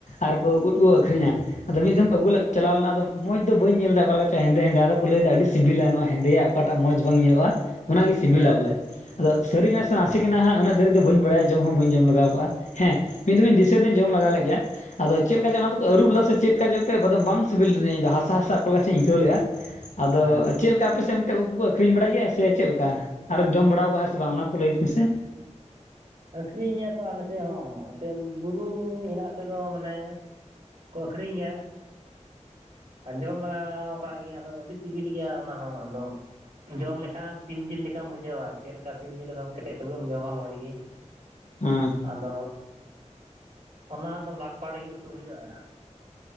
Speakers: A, on the left; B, on the right.
A: ᱟᱨ ᱠᱚ ᱩᱫ ᱠᱚ ᱟᱹᱠᱷᱨᱤᱧᱟ, ᱟᱫᱚ ᱢᱤᱫ ᱫᱷᱚᱢ ᱟᱜᱩ ᱞᱮ ᱪᱟᱞᱟᱣ ᱞᱮᱱᱟ ᱟᱫᱚ ᱢᱚᱡᱽ ᱫᱚ ᱵᱟᱹᱧ ᱧᱮᱞ ᱫᱟ ᱚᱠᱟ ᱞᱮᱠᱟ ᱪᱚᱧ ᱦᱮᱸᱫᱮ ᱦᱮᱸᱫᱮ ᱟᱫᱚ ᱠᱚ ᱞᱟᱹᱭᱮᱫᱟ ᱟᱹᱰᱤ ᱥᱤᱵᱤᱞᱟ ᱱᱚᱣᱟ ᱦᱮᱸᱫᱮᱸᱭᱟᱜ ᱚᱠᱟᱴᱟᱜ ᱢᱚᱸᱡᱽ ᱵᱟᱝ ᱧᱮᱞᱚᱜᱼᱟ ᱚᱱᱟᱜᱮ ᱥᱤᱵᱤᱞᱟ
B: ᱦᱮᱸ
A: ᱵᱚᱞᱮ ᱟᱫᱚ ᱥᱟᱹᱨᱤ ᱠᱟᱱᱟ
B: ᱟᱪᱪᱷᱟ
A: ᱥᱮ ᱱᱟᱥᱮ ᱠᱟᱱᱟ ᱦᱟᱸᱜ ᱩᱱᱟᱹᱜ ᱫᱷᱟᱹᱨᱤᱡ ᱫᱚ ᱵᱟᱧ ᱵᱟᱲᱟᱭᱟ ᱡᱚᱢ ᱦᱚᱸ ᱡᱚᱢ ᱞᱟᱜᱟᱣ ᱟᱠᱟᱜᱼᱟ ᱦᱮᱸ ᱢᱤᱫ ᱫᱷᱚᱢᱤᱧ ᱫᱤᱥᱟ ᱫᱚᱧ ᱡᱚᱢ ᱞᱟᱜᱟ ᱞᱮᱫ ᱜᱮᱭᱟ, ᱟᱫᱚ ᱪᱮᱫ ᱞᱮᱠᱟ ᱪᱚ ᱚᱱᱟ ᱫᱚᱠᱚ ᱟᱹᱨᱩᱵ ᱞᱮᱫᱟ ᱥᱮ ᱪᱮᱫ ᱞᱮᱠᱟ ᱪᱚ ᱮᱱᱛᱮ ᱟᱫᱚ ᱵᱟᱝ ᱥᱤᱵᱤᱞ ᱞᱮᱫᱤᱧᱟ ᱤᱧᱫᱚ ᱦᱟᱥᱟ ᱦᱟᱥᱟ ᱚᱠᱟ ᱞᱮᱠᱟ ᱪᱚᱧᱤᱧ ᱟᱹᱭᱠᱟᱹᱣ ᱞᱮᱫᱼᱟ, ᱛ
B: ᱦᱮᱸ
A: ᱪᱮᱫ ᱞᱮᱠᱟ ᱟᱯᱮᱥᱮᱫ ᱚᱱᱛᱮ ᱩᱱᱠᱩ ᱠᱚ ᱟᱹᱠᱷᱨᱤᱧ ᱵᱟᱲᱟᱭ ᱜᱮᱭᱟ ᱥᱮ ᱪᱮᱫ ᱞᱮᱠᱟ ᱟᱨᱮᱢ ᱡᱚᱢ ᱵᱟᱲᱟᱣ ᱟᱠᱟᱜᱼᱟ ᱥᱮ ᱵᱟᱝ ᱚᱱᱟ ᱠᱚ ᱞᱟᱹᱭ ᱛ ᱢᱮ ᱥᱮ?
B: ᱟᱹᱠᱷᱨᱤᱧ ᱜᱮᱭᱟ ᱠᱚ ᱟᱞᱮ ᱥᱮᱫ ᱦᱚᱸ ᱮᱱᱛᱮᱫ ᱵᱩᱨᱩ ᱦᱮᱱᱟᱜ ᱛᱮᱫᱚ ᱢᱟᱱᱮ ᱠᱚ ᱟᱹᱠᱷᱨᱤᱧ ᱜᱮᱭᱟ, ᱟ ᱡᱚᱢ ᱞᱟᱜᱟᱣ ᱟᱠᱟᱫ ᱜᱮᱤᱭᱟᱹᱧ ᱟᱫᱚ ᱟᱹᱰᱤ ᱥᱤᱵᱤᱞ ᱜᱮᱭᱟ ᱚᱱᱟ ᱦᱚᱸ ᱟᱫᱚᱢ ᱡᱚᱢ ᱞᱮᱠᱷᱟᱮᱢ ᱥᱤᱢ ᱡᱤᱞ ᱞᱮᱠᱟᱢ ᱵᱩᱡᱷᱟᱹᱣᱟ ᱪᱮᱫ ᱞᱮᱠᱟ ᱥᱤᱢ ᱡᱤᱞ ᱮᱠᱫᱚᱢ ᱠᱮᱴᱮᱡ ᱛᱩᱵᱮᱢ ᱡᱚᱢᱟ ᱢᱚᱡᱽ ᱜᱮ,
A: ᱦᱮᱸ ᱾
B: ᱟᱫᱚ ᱚᱱᱟ ᱫᱚ ᱞᱟᱴᱯᱟᱴ ᱜᱮ ᱩᱛᱩ ᱦᱩᱭᱩᱜᱼᱟ ᱾